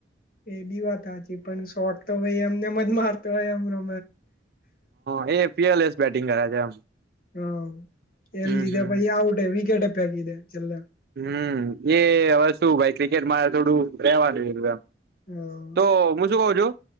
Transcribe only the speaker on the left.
એ બી વાત હચી પણ શોટ તો ભાઈ અમને મ જ મારતો હોય અમરો
હા એને
લીધા
પછી આઉટે વિકેટ ફેંકી દે છેલ્લા
હ